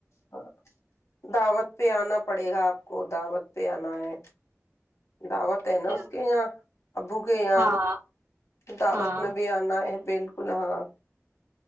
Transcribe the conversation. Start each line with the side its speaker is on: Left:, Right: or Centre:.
Left: ہاں دعوت پہ آنا پڑے گا آپ کو دعوت پہ آنا ہے دعوت ہے نا
Right: کیا
Left: اس کے اں ابو کے یہاں
Right: ہاں
Left: دعوت
Right: ہاں
Left: میں بھی آنا ہے بالکل ہاں